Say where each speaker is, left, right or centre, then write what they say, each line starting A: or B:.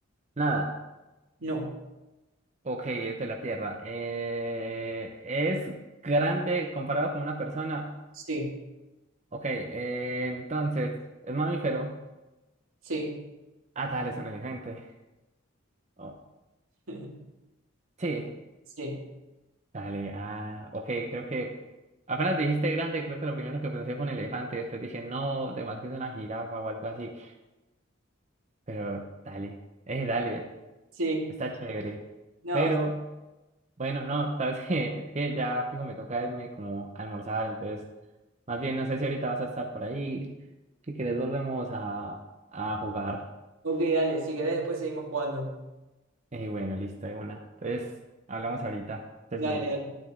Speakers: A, on the right (about 35°); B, on the right (about 85°).
A: Nada.
B: No,
A: Ok, es de la Tierra. Eh, ¿es grande comparado con una persona?
B: sí,
A: Ok, eh, entonces, ¿es mamífero?
B: sí,
A: Ah, dale, es un elefante. Oh,
B: <laughs>
A: sí,
B: sí,
A: dale, ah, ok, creo que apenas dijiste grande, creo que lo primero que pensé fue un elefante, y después dije, no, de más que es una jirafa o algo así, pero dale, eh, dale,
B: sí.
A: está chévere.
B: No,
A: Pero, bueno, no, <laughs> sabes que, es que ya fijo me toca irme como a almorzar, entonces, más bien no sé si ahorita vas a estar por ahí, si quieres volvemos a, a jugar.
B: ok, dale, si querés después seguimos jugando.
A: Eh, bueno, listo, de una. Entonces, hablamos ahorita. Estés
B: Dale,
A: bien.
B: dale.